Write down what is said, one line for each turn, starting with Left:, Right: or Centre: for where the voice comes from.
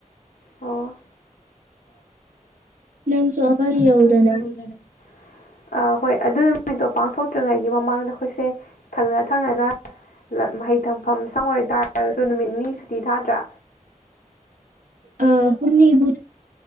Left: ꯑꯣ
Right: ꯅꯪꯁꯨ ꯑꯃ
Left: ꯌꯥꯔꯅ
Right: ꯂꯤꯔꯧꯗꯅ
Left: ꯍꯣꯏ ꯑꯗꯨꯅ ꯅꯨꯃꯤꯠꯇꯣ ꯄꯥꯡꯊꯣꯛꯇ꯭ꯔꯤꯉꯩꯒꯤ ꯃꯃꯥꯡꯗ ꯑꯩꯈꯣꯏꯁꯦ ꯊꯪꯅ ꯊꯪꯅꯅ ꯃꯍꯩ ꯊꯝꯐꯝ ꯁꯪ ꯑꯣꯏ ꯇꯥꯔꯒꯁꯨ ꯅꯨꯃꯤꯠ ꯅꯤ ꯁꯨꯇꯤ ꯊꯥꯗ꯭ꯔꯥ
Right: ꯑ ꯍꯨꯝꯅꯤꯕꯨ